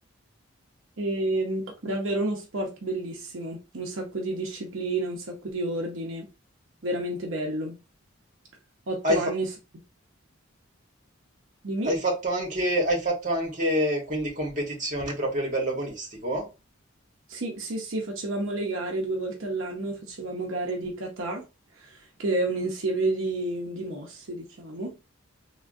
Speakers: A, on the right; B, on the right.
A: E davvero uno sport bellissimo, un sacco di disciplina, un sacco di ordine, veramente bello. Otto
B: Hai
A: anni
B: fatto...
A: so- di me.
B: Hai fatto anche, hai fatto anche quindi competizioni proprio a livello agonistico?
A: Sì, sì, sì, facevamo le gare due volte all'anno, facevamo gare di kata, che è un insieme di, di mosse, diciamo.